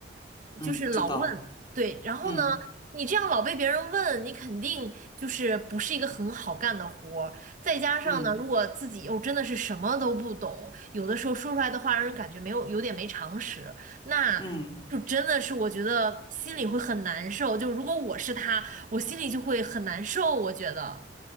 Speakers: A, on the left; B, on the right.
A: 嗯，
B: 就是老问，
A: 知道。
B: 对，然后呢，
A: 嗯
B: 你这样老被别人问，你肯定就是不是一个很好干的活儿。再加上呢，
A: 嗯
B: 如果自己又真的是什么都不懂，有的时候说出来的话让人感觉没有有点没常识，那就真的是我觉得心里会很难受。
A: 嗯。
B: 就如果我是他，我心里就会很难受。我觉得，